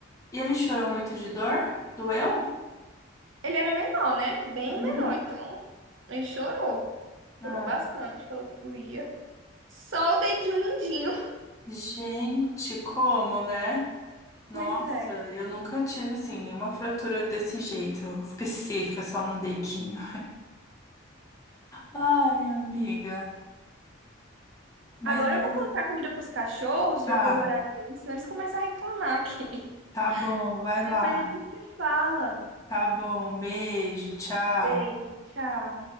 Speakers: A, on the left; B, on the right.
A: ele chorou muito de dor? Doeu?
B: Ele era menor, né? Bem
A: Uhum.
B: menor, então ele chorou. Chorou
A: Ah.
B: bastante, falou que doía. Só o dedinho mindinho.
A: Gente, como, né? Nossa,
B: Pois é.
A: eu nunca tive assim nenhuma fratura desse jeito, específica, só um dedinho. Ai, amiga. Mas
B: Agora
A: é,
B: eu vou colocar comida pros cachorros, já
A: tá,
B: deu o horário deles, senão eles começam a reclamar aqui. <laughs>
A: tá bom, vai lá.
B: Depois a gente se fala.
A: Tá bom, beijo, tchau.
B: Beijo, tchau.